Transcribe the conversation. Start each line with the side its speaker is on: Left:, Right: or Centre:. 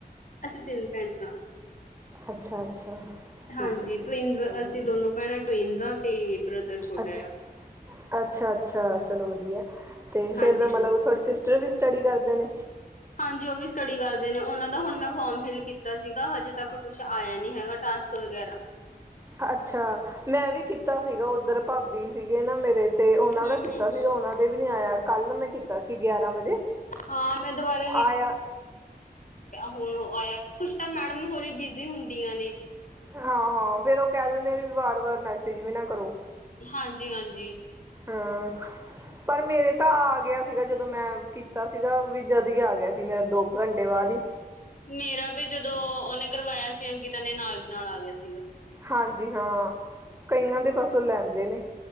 Left: ਅਸੀਂ ਤਿੰਨ ਭੈਣ, ਭਰਾ।
Right: ਅੱਛਾ। ਅੱਛਾ
Left: ਹਾਂਜੀ
Right: ਠੀਕ ਹੈ ਠੀਕ
Left: ਟਵਿੰਨਜ਼,
Right: ਹੈ ਚਲੋ ਵਧੀਆ
Left: ਅਸੀਂ ਦੋਨੋ ਭੈਣਾਂ ਟਵਿਨਜ਼ਾਂ ਤੇ- ਬ੍ਰਦਰ ਛੋਟਾ
Right: ਅੱਛਾ-
Left: ਆ
Right: ਅੱਛਾ। ਅੱਛਾ, ਚਲੋ ਵਧੀਆ। ਤੇ, ਫਿਰ
Left: ਹਾਂਜੀ
Right: ਤਾਂ ਮਤਲਬ
Left: ਹਾਂਜੀ।
Right: ਥੋੜੀ ਸੀ- ਸਿਸਟਰ ਵੀ ਸਟੱਡੀ ਕਰਦੇ ਨੇ।
Left: ਹਾਂਜੀ ਉਹ ਵੀ ਸਟੱਡੀ ਕਰਦੇ ਨੇ ਉਹਨਾਂ ਦਾ ਹੁਨ ਮੈਂ ਫੋਮ ਫਿਲ ਕੀਤਾ ਸੀਗਾ ਹਜੇ ਤੱਕ ਕੁਛ ਆਇਆ ਨੀ ਹੈਗਾ ਟਾਸਕ ਵਗੈਰਾ।
Right: ਅੱਛਾ, ਮੈਂ ਵੀ ਕੀਤਾ ਸੀਗਾ, ਉੱਧਰ ਭਾਬੀ ਸੀਗੇ ਨਾ ਮੇਰੇ ਤੇ ਉਹਨਾਂ
Left: ਹੂੰ
Right: ਦਾ ਕੀਤਾ
Left: ਹੂੰ ਹੂੰ
Right: ਸੀਗਾ, ਉਹਨਾਂ ਦੇ ਵੀ ਨੀ ਆਇਆ ਕੱਲ ਮੈਂ ਕੀਤਾ ਸੀ ਗਿਆਰਾਂ ਵਜੇ
Left: ਹਾਂ ਮੈਂ ਦੁਬਾਰਾ
Right: ਆਇਆ।
Left: ਹੁਨ ਓ ਆਯਾ ਕੁੱਛ ਤਾਂ ਮੈਡਮ ਹੋਰੀ ਬਿਜ਼ੀ ਹੁੰਦੀਆਂ ਨੇ।
Right: ਹਾਂ, ਹਾਂ ਫੇਰ ਉਹ ਕਹਿ ਦਿੰਦੇ ਵੀ ਵਾਰ-ਵਾਰ ਮੈਸੇਜ ਵੀ ਨਾ ਕਰੋ।
Left: ਹਾਂਜੀ, ਹਾਂਜੀ।
Right: ਹਾਂ। ਪਰ ਮੇਰੇ ਤਾਂ ਆ ਗਿਆ ਸੀਗਾ ਜਦੋਂ ਜਦੋਂ ਮੈਂ ਕੀਤਾ ਸੀਗਾ ਵੀ ਜਦ ਈ ਆ ਗਿਆ ਸੀ ਮੇਰਾ ਦੋ ਕੁ ਘੰਟੇ ਬਾਦ ਈ
Left: ਮੇਰਾ ਵੀ ਜਦੋਂ ਉਹਨੇ ਕਰਵਾਇਆ ਸੀ ਅੰਕਿਤਾ ਨੇ, ਨਾਲ ਦੀ ਨਾਲ ਆ ਗਿਆ ਸੀਗਾ।
Right: ਹਾਂਜੀ, ਹਾਂ ਕਈਆਂ ਦੇ ਬਸ ਉਹ ਲੈਂਦੇ ਨੇ।